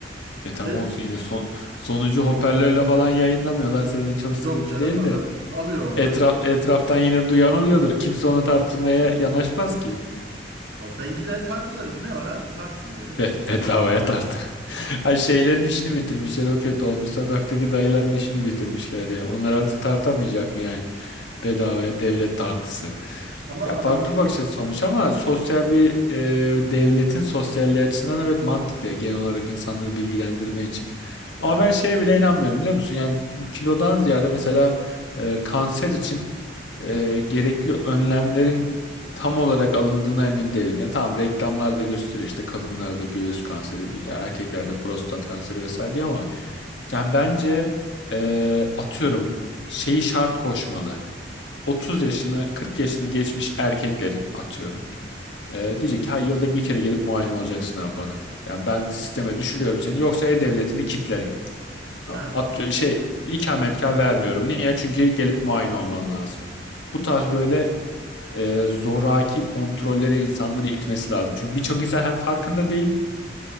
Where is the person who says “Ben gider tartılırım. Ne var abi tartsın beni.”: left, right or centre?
Right